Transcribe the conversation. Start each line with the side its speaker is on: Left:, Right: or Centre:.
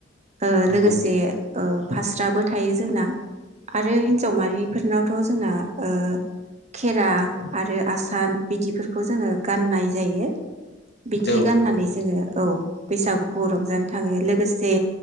Right: ओ
Left: नंगौ
Right: लोगोसे फास्राबो था थायो जोंना आरो हिनजाव माहारि बेफोरनावथ जोंना ओ खेरा आरो आसान बिदिफोरखौ जोङो गाननाय जायो। बिदि
Left: औ
Right: गाननानै
Left: नंगौ
Right: जोङो औ। बैसागुखौ रंजानो थाङो लोगोसे